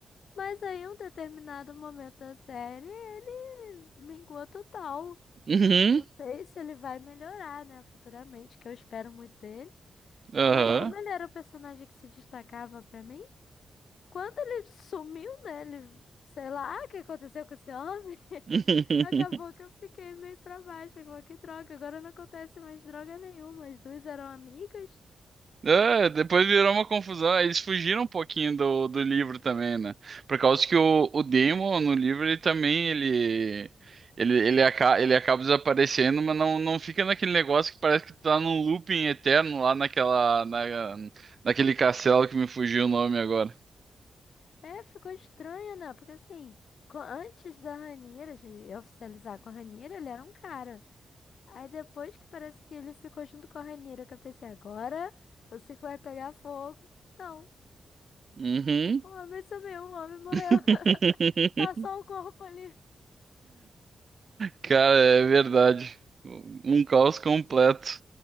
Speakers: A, on the left; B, on the right.
A: Mas aí, em um determinado momento da série, ele minguou total.
B: Uhum.
A: Não sei se ele vai melhorar, né? Futuramente, que eu espero muito dele.
B: Aham.
A: Mas como ele era o personagem que se destacava pra mim, quando ele sumiu, né? Ele, sei lá, o que aconteceu com esse homem? <laughs>
B: <laughs>
A: Acabou que eu fiquei meio pra baixo. Falei, que droga, agora não acontece mais droga nenhuma. As duas eram amigas.
B: É, depois virou uma confusão. Aí Eles fugiram um pouquinho do, do livro também, né? Por causa que o, o Demon no livro ele também ele ele ele, aca ele acaba desaparecendo, mas não, não fica naquele negócio que parece que tu tá num looping eterno lá naquela na, naquele castelo que me fugiu o nome agora.
A: É, ficou estranho, né? Porque assim, co- antes da Ranira, de oficializar com a Ranira, ele era um cara. Aí depois que parece que ele ficou junto com a Ranira, que eu pensei, agora eu sei que vai pegar fogo. Não,
B: Uhum.
A: o homem sumiu, o homem morreu.
B: <laughs>
A: <laughs> Tá só o corpo ali.
B: Cara, é verdade. Um caos completo.